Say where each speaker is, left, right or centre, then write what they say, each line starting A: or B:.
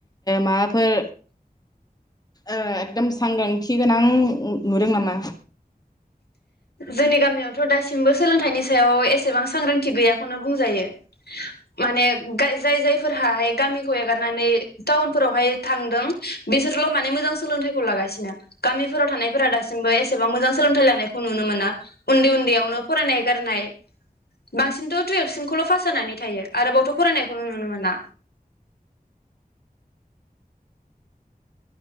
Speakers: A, on the left (about 25°); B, on the left (about 90°).
A: माबाफोर ओ एकदम सांग्रांथि गोनां नुदों नामा।
B: जोंनि गामियावथ दासिमबो सोलोंथाइनि सायाव एसेबां सांग्रांथि गैयाखौनो बुंजायो माने जाय जायफोरहाहाय गामिखौ एगारनानै टाउनफोरावहाय थांदों बिसोरल माने मोजां सोलोंथाइखौ लागासिनो गामिफोराव थानायफोरा दासिमबो एसेबां मोजां सोलोंथाइ लानाय खौ नुनो मोना उन्दै उन्दैयावनो फरायनाय गारनाय बांसिनथ टुवेल्भ सिमखौल पास जानानै थायो आरोबावथ फरायनायखौ नुनो मोना